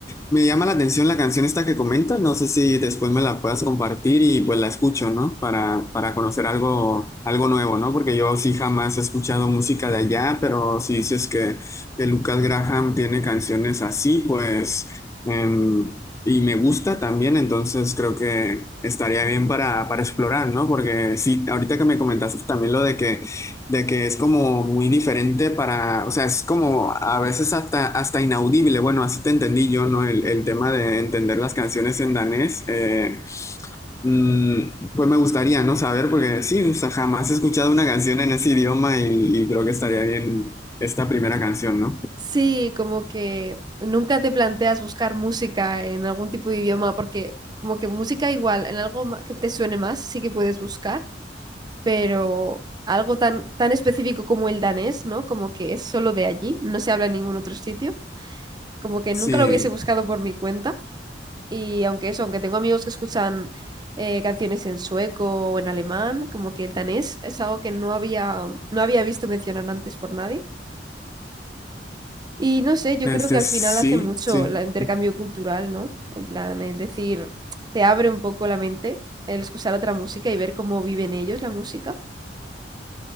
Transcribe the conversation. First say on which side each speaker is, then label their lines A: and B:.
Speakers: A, on the left; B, on the right.
A: Me llama la atención la canción esta que comentas, no sé si después me la puedas compartir y pues la escucho, ¿no? Para, para conocer algo, algo nuevo, ¿no? Porque yo sí jamás he escuchado música de allá, pero si dices que, que Lucas Graham tiene canciones así, pues, em, y me gusta también, entonces creo que estaría bien para, para explorar, ¿no? Porque sí, ahorita que me comentaste también lo de que de que es como muy diferente para, o sea, es como a veces hasta, hasta inaudible. Bueno, así te entendí yo, ¿no? El, el tema de entender las canciones en danés. eh, mm, pues me gustaría, ¿no? Saber, porque sí, o sea, jamás he escuchado una canción en ese idioma y, y creo que estaría bien esta primera canción, ¿no?
B: Sí, como que nunca te planteas buscar música en algún tipo de idioma, porque como que música igual, en algo ma- que te suene más, sí que puedes buscar, pero algo tan, tan específico como el danés, ¿no? Como que es solo de allí, no se habla en ningún otro sitio, como que
A: Sí,
B: nunca lo hubiese buscado por mi cuenta. Y aunque eso, aunque tengo amigos que escuchan eh, canciones en sueco o en alemán, como que el danés es algo que no había, no había visto mencionar antes por nadie. Y no sé, yo
A: este
B: creo que al
A: sí,
B: final hace mucho
A: sí.
B: el intercambio cultural, ¿no? En plan, el decir, te abre un poco la mente el escuchar otra música y ver cómo viven ellos la música.